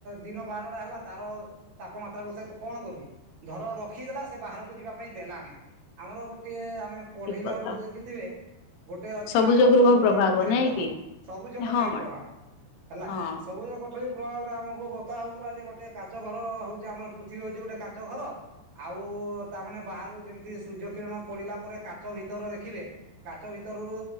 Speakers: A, on the right (about 45°); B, on the left (about 85°).
A: ଦିନ ବାରଟା ହେଲା ତାର ତାପମାତ୍ରାକୁ ସେ ତ କଣ କରୁଚି ଧର ରଖିଦେଲା ସେ ବାହାରୁକୁ ଯିବା ପାଇଁ ଦେଲା ନେଇ। ଆମର ଗୋଟଏ ଆମେ ପଢ଼େଇଲା
B: ଠିକ କଥା
A: ଅଳୁକୁ ଦେଖିଥିବେ ଗୋଟେ ଅ
B: ସବୁଜ
A: ଥିଲା ଆମର
B: ଗୃହ
A: ସବୁଜ
B: ପ୍ରଭାବ
A: କଠରୀ
B: ନାଇଁ
A: ପ୍ରଭା
B: କି?
A: ସବୁଜ କୋଠରୀ
B: ହଁ
A: ପ୍ରଭାବ। ହେଲା
B: ହଁ
A: ସବୁଜ କୋଠରୀ ପ୍ରଭାବରେ ଆମକୁ ବତା ହଉଥିଲା ଯେ ଗୋଟେ କାଚ ଘର ହଉଛି ଆମର ପୃଥିବୀ ହଉଛି ଗୋଟେ କାଚ ଘର। ଆଉ ତାମାନେ ବାହାରୁ ଯେମିତି ସୂର୍ଯ୍ୟ କିରଣ ପଡିଲା ପରେ କାଚ ଭିତର ଦେଖିବେ କାଚ ଭିତରରୁ